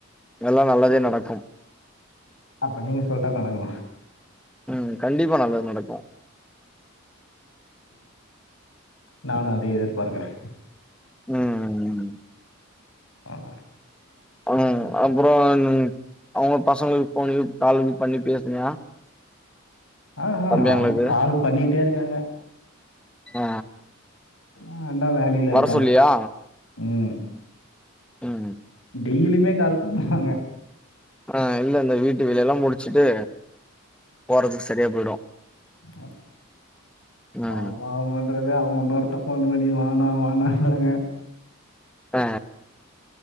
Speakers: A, in the centre; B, on the left.
A: எல்லா நல்லதே நடக்கு
B: அப்ப நீங்க சொல்ட்டா நடக்கணு
A: ம் கண்டிப்பா நல்லது நடக்கு
B: நானு அதே எதிர்பார்க்கறே
A: ம்
B: ஆமா
A: அ ம் அப்றோ அவுங்க பசங்களுக் ஃபோன்லியு கால்ல மீட் பண்ணி பேசுனியா
B: ஆ ஆ
A: தம்பியாங்களுக்கு
B: அவுங்க கால் பண்ணிட்டே இருக்காங்க
A: ஆ
B: ஆ அண்ணா வேலைல இருக்கா
A: வர சொல்லியா
B: ம்
A: ம்
B: டெய்லியுமே கால் பண்ணுவாங்க
A: ஆ இல்லல்ல வீட்டு வேலையல்லா முடிச்சுட்டு போறதுக்கு சரியா போய்டு
B: அ
A: ம்
B: பாப்பாமன் ப்ரதர் அவங்க இன்னொருத்த ஃபோன் பண்ணி வானா வானான்றாங்க
A: ஆ